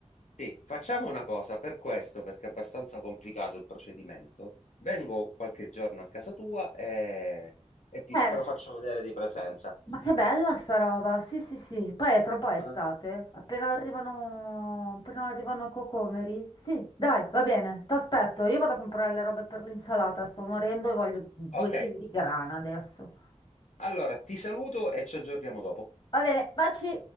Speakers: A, on the left (about 80°); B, on the left (about 40°).
A: Sì, facciamo una cosa per questo, perché è abbastanza complicato il procedimento. Vengo qualche giorno a casa tua e, e ti-
B: Eh,
A: te lo
B: s-
A: faccio vedere di presenza.
B: ma che bella sta roba. Sì, sì, sì. Poi tra un po' è estate.
A: Eh?
B: Appena arrivano, appena arrivano i cocomeri. Sì, dai, va bene. Ti aspetto. Io vado a comprare le robe per l'insalata. Sto morendo e voglio due
A: Ok,
B: chili di grana adesso.
A: allora ti saluto e ci aggiorniamo dopo.
B: Va bene, baci.